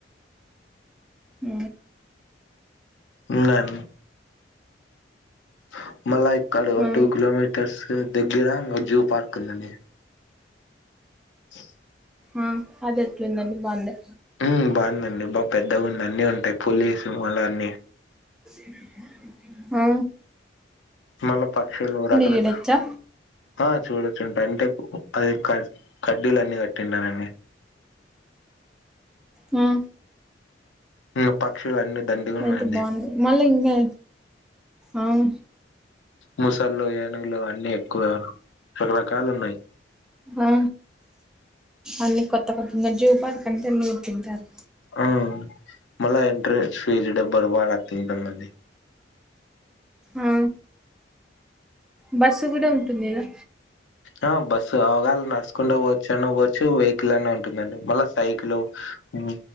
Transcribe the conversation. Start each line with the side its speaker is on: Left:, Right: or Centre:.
Centre: అ
Left: ఉంద అన్ని స మళ్ళా ఇక్కడ
Centre: ఆ
Left: టూ కిలోమీటర్స్ దగ్గర పార్కులనే ఇనో అడిబుల్
Centre: ఆ అదే ఎట్ల ఉందండి బావుందా
Left: ఉమ్ బాగుందండి బా పెద్దగా ఉంది అన్ని ఉంటాయి పోులీసు వాళ్ల అన్నిీ
Centre: ఇన్ అడి బుల్ హా
Left: మళ పక్షిలు రకరక
Centre: చూడొచ్చా
Left: ఆ చూడొచ్చుంట అంటే అది క కడ్డీలు అన్నిీ కట్టింటారండి
Centre: హా
Left: డి పక్షులు అన్ని దండుగ ఉన్నాయండి
Centre: అయితే బాగుంది మళ్ళీ ఇంకా ఆవు
Left: ముసళ్ళు ఏనుగులు అన్ని న్ని ఎక్కువ రకరకాలు ఉన్నాయి
Centre: ఆ అన్ని కొత్త కొత్తగా జూపాల కంటే ఎన్ని తింటారు
Left: ఆ మళ ఎంటరే షేర్డ బర్వాళ తేట అన్నది
Centre: అ బస్సు కూడా ఉంటుంది గ
Left: ఆ బస్సు అవేళ నడుస్కోంట పోవచ్చు అన పోవచ్చు వెయికల్ అన్న ఉంట్ అంటుందండి మళ్ళా సైకిలు అ